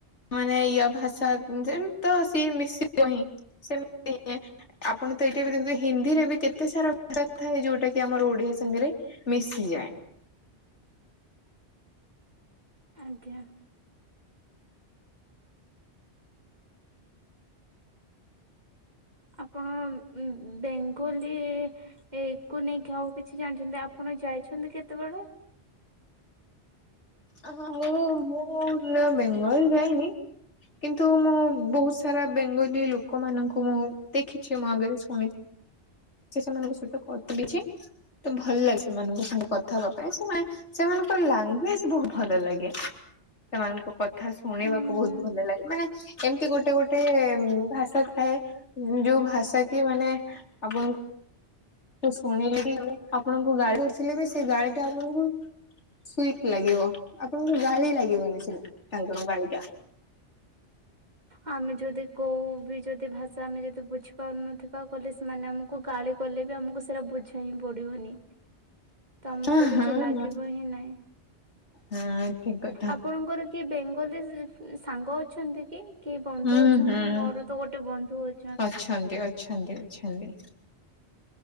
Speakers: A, on the left; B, on the right.
A: ମାନେ ଇଅ ଭାଷା ସେମିତି ତ ସିଏ ମିଶିବହିଁ ସେମି ନିଏ। ଆପଣ ତ ଏଠ୍ ଟିବି ଦେଖୁଥିବେ, ହିନ୍ଦୀରେ ବି କେତେ ସାରା ଭାଷା ଥାଏ। ଯୋଉଟା କି ଆମର ଓଡିଆ ସାଙ୍ଗରେ ମିଶିଯାଁଏ।
B: ଆଜ୍ଞା। ଆପଣ! ବେଙ୍ଗୋଲୀ ଏକୁ ନେଇକି ଆଉ କିଛି ଜାଣିଛନ୍ତି! ଆପଣ ଯାଇଛନ୍ତି କେତେବେଳେ?
A: ଅହ ମୁଁ, ମୁଁ ନା ବେଙ୍ଗଲ୍ ଯାଇନି। କିନ୍ତୁ, ମୁଁ ବହୁତ ସାରା ବେଙ୍ଗୋଲୀ ଲୋକମାନଙ୍କୁ ମୁଁ ଦେଖିଛି ମୋ ଆଗରେ, ଶୁଣି ଚି ସେମାନଙ୍କ ସହିତ କତିଡ଼ିଛି। ତ ଭଲ ଲାଗେ, ସେମାନଙ୍କ ସାଙ୍ଗେ କଥା ହେବା ପାଇଁ। ସେମାନେ ସେମାନଙ୍କର ଲାଙ୍ଗୁଏଜ୍ ବହୁତ ଭଲ ଲାଗେ। ସେମାନଙ୍କ କଥା ଶୁଣିବାକୁ
B: ହୁଁ
A: ବହୁତ
B: ହୁଁ
A: ଭଲ ଲାଗେ। ମାନେ ଏମତି ଗୋଟେ ଗୋଟେ ଭାଷା ଥାଏ। ଯୋଉ ଭାଷା କି ମାନେ ଆପଣଙ୍କୁ ତ ଶୁଣିଲିକି ମାନେ, ଆପଣଙ୍କୁ ଗାଳି କରୁଥିଲେ ବି, ସେ ଗାଳିଟା ଆପଣଙ୍କୁ ସୁଇଟ୍ ଲାଗିବ। ଆପଣଙ୍କୁ ଗାଳି ଲାଗିବନି, ସେ ତାଙ୍କର ଗାଳି ଟା।
B: ଆମେ, ଯଦି କୋଉ ବିି ଯଦି ଭାଷା ଆମେ ଯଦି ବୁଝିପାରୁନଥିବା? କହିଲେ ସେ ମାନେ ଆମକୁ ଗାଳି କଲେ ବି, ଆମକୁ ସେଇରା ବୁଝା ହିଁ ପଡିବନି। ତମକୁ
A: ହଁ
B: କିଛି
A: ହଁ
B: ଲାଗିବ
A: ହଁ
B: ହିଁ ନାଇଁ।
A: ହଁ ଠିକ କଥା
B: ଆପଣଙ୍କର କି ବେଙ୍ଗଲୀ ସାଙ୍ଗ ଅଛନ୍ତି କି କି ବନ୍ଧୁ
A: ହୁଁ
B: ଅଛନ୍ତି
A: ହୁଁ।
B: ମୋର ତ ଗୋଟେ ବନ୍ଧୁ ଅ
A: ଅଛନ୍ତି ଅଛନ୍ତି ଅଛନ୍ତି।